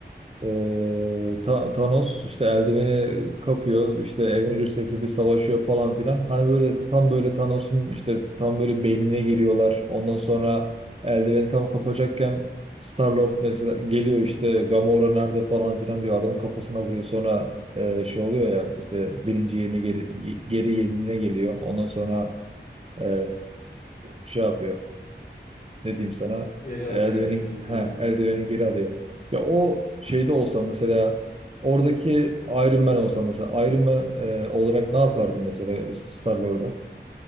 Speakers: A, on the right (about 35°); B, on the left (about 40°).
A: Ee, Ta- Thanos işte eldiveni kapıyor işte Avengers ekibi savaşıyor falan filan. Hani böyle tam böyle Thanos'un işte tam böyle beynine giriyorlar. Ondan sonra eldiveni tam kapacakken Star-Lord mesela geliyor işte Gamora nerede falan filan diyor. Adamın kafasına vuruyor. Sonra e, şey oluyor ya işte birinci yerine geri, geri yerine geliyor. Ondan sonra e, şey yapıyor ne diyeyim sana
B: Geri alıyor
A: eldiveni
B: eldivenini sonunda.
A: ha eldiveni geri alıyor. Ya o şeyde olsam mesela oradaki Iron Man olsam mesela Iron Man e, olarak ne yapardım mesela Star-Lord'a?